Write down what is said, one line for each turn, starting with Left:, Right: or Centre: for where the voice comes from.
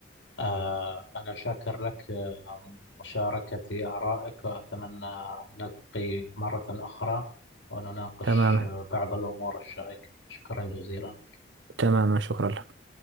Left: آه أنا شاكر لك آه، مشاركتي آرائك وأتمنى أن نلتقي مرة أخرى ونناقش
Right: تماما
Left: آه، بعض الأمور الشائكة شكرا جزيلا لك
Right: تماما شكرا لك